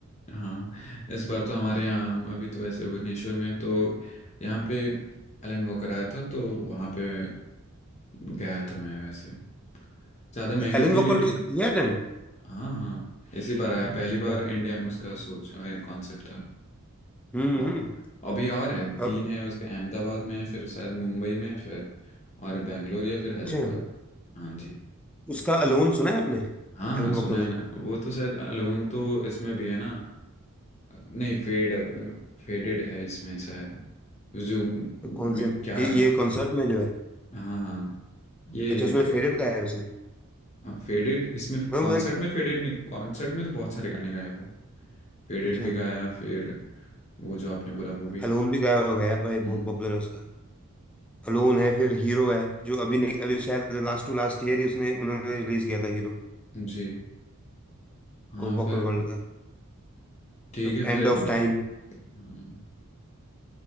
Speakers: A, on the left; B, in the centre.
A: हाँ इस बार तो हमारे यहाँ हम अभी तो वैसे भुवनेश्वर में हैं, तो यहाँ पे एलन वॉकर आया था तो वहाँ पे गया था मैं वैसे ज़्यादा महंगी
B: एलन
A: थी
B: वॉकर
A: नहीं टिकट
B: का दिया अटेंड
A: हाँ हाँ इसी बार आया पहली बार
B: क्या
A: इंडिया में उसका सोच कॉन्सर्ट था
B: हम्म
A: औ-
B: हम्म।
A: अभी और है
B: और
A: तीन है उसके अहमदाबाद में है फिर शायद मुंबई में है फिर और बेंगलोर या फिर हैदराबाद
B: अच्छा
A: में हाँ जी
B: उसका अलोन सुना है आपने
A: हाँ
B: एलन
A: हाँ सुना
B: वॉकर
A: है ना
B: का
A: वो तो शायद अलोन तो इसमें भी है ना नहीं फेड फेडेड है इसमें शायद जो म्यू-
B: तो कौन से ये,
A: क्या
B: ये कॉन्सर्ट में जो है
A: हाँ हाँ ये
B: अच्छा उसमें
A: एक
B: फेडेड गाया है उसने
A: फेडेड इसमें
B: मैं
A: कॉन्सर्ट
B: मैं-
A: में फेडेड नहीं कॉन्सर्ट में तो बहुत सारे गाने गाया वो फेडेड
B: अच्छा
A: भी गाया फिर वो जो आपने बोला वो भी
B: अलोन भी गाया होगा यार
A: हम्म
B: भाई बहुत पॉपुलर है क्लोन है फिर हीरो है जो अभी नहीं अभी शायद लास्ट टू लास्ट ईयर ही उसने उन्होंने रिलीज किया था हीरो
A: जी हाँ
B: वो वॉकर
A: फिर
B: वर्ल्ड का
A: ठीक है
B: एंड
A: फिर
B: ऑफ
A: मैं
B: टाइम
A: हाँ,